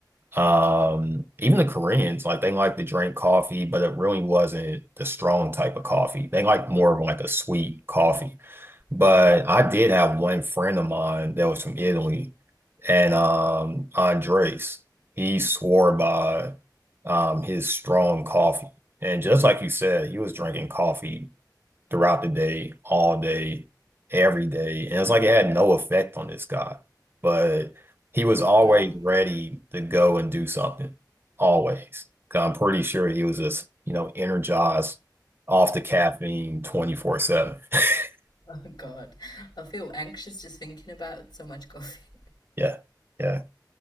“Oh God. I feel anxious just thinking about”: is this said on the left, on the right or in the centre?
Left